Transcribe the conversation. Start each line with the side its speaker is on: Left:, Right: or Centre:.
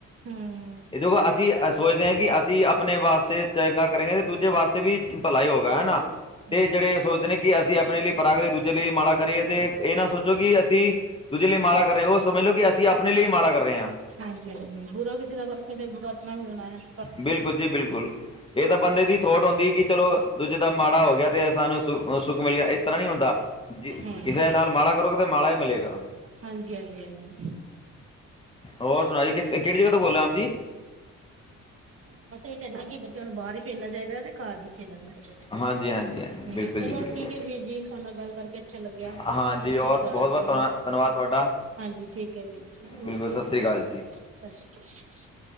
Right: ਹੂੰ
Left: ਏ <unintelligible> ਅਸੀਂ ਏ ਸੋਚਦੇ ਹਾਂ ਕਿ ਅਸੀਂ ਆਪਨੇ ਵਾਸਤੇ ਚੰਗਾ ਕਰੇਂਗੇ, ਤੇ ਦੂਜੇ ਵਾਸਤੇ ਵੀ ਭਲਾ ਹੀ ਹੋਗਾ, ਹੈਨਾ।
Right: ਹੂੰ
Left: ਤੇ ਜੇੜੇ ਏ ਸੋਚਦੇ ਨੇ ਕਿ ਅਸੀਂ ਆਪਣੇ ਲਈ ਭਲਾ ਕਰੀਏ ਦੂਜੇ ਲਈ ਮਾੜਾ ਕਰੀਏ ਤੇ ਏਹ ਨਾ ਸੋਚੋ ਕਿ ਅਸੀਂ ਦੂਜੇ ਲਈ ਮਾੜਾ ਕਰ ਰਏ, ਓਹ ਸਮਝ ਲੋ ਕਿ ਅਸੀਂ ਆਪਣੇ ਲਈ ਈ ਮਾੜਾ ਕਰ ਰਏ ਹਾਂ।
Right: ਹਾਂਜੀ-ਹਾਂਜੀ, ਬੁਰਾ ਕਿਸੇ ਦਾ ਕਰਕੇ ਤੇ ਬੁਰਾ ਮੈ ਈ ਬਨਾਐ <inaudible>
Left: ਬਿਲਕੁਲ ਜੀ ਬਿਲਕੁਲ ਇਹ ਤਾਂ ਬੰਦੇ ਦੀ ਥੋਟ ਹੁੰਦੀ ਕਿ ਚਲੋ ਦੂਜੇ ਦਾ ਮਾੜਾ ਹੋ ਗਿਆ ਤੇ ਏ ਸਾਨੂੰ ਸੁ ਸੁੱਖ ਮਿਲ ਗਿਆ ਇਸ ਤਰ੍ਹਾਂ ਨੀ ਹੁੰਦਾ, ਜ
Right: ਹੂੰ
Left: ਕਿਸੇ ਦੇ ਨਾਲ ਮਾੜਾ ਕਰੋਗੇ ਤੇ ਮਾੜਾ ਹੀ ਮਿਲੇਗਾ।
Right: ਹਾਂਜੀ- ਹਾਂਜੀ। -ਹਾਂਜੀ।
Left: ਹੋਰ ਸੁਣਾ ਜੀ ਕਿਤੇ ਕੇਹੜੀ ਜਗ੍ਹਾ ਤੋਂ ਬੋਲਦੇ, ਆਪ ਜੀ?
Right: ਬਸ ਏਹ ਕੈਹੰਦੇ ਕਿ ਬੱਚਿਆਂ ਨੂੰ ਬਾਹਰ ਵੀ ਭੇਜਣਾ ਚਾਹੀਦੈ ਤੇ ਘਰ ਵੀ ਖੇਲਣ ਦੇਣਾ ਚਾਹੀਦੈ।
Left: ਹਾਂਜੀ ਹਾਂਜੀ ਹਾਂਜੀ ਬਿਲਕੁਲ
Right: ਹਮ ਚਲੋ
Left: ਜੀ ਬਿਲਕੁਲ
Right: ਠੀਕ ਏ ਵੀਰ ਜੀ, ਤੁਹਾਨੇ ਨਾਲ ਗੱਲ ਕਰਕੇ ਅੱਛਾ ਲੱਗਿਆ,
Left: ਹਾਂਜੀ
Right: ਸਤਿ ਸ੍ਰੀ
Left: ਔਰ
Right: ਕਾਲ
Left: ਬਹੁਤ
Right: ਜੀ।
Left: ਬਹੁਤ ਧੰਨ ਧੰਨਵਾਦ, ਤੁਹਾਡਾ।
Right: ਹਾਂਜੀ, ਠੀਕ ਹੈ ਵੀਰ ਜੀ।
Left: ਬਿਲਕੁਲ
Right: ਓਕੇ
Left: ਸਤਿ
Right: ਜੀ,
Left: ਸ਼੍ਰੀ
Right: ਸਤਿ
Left: ਅਕਾਲ
Right: ਸ਼੍ਰੀ ਕਾਲ ਜੀ।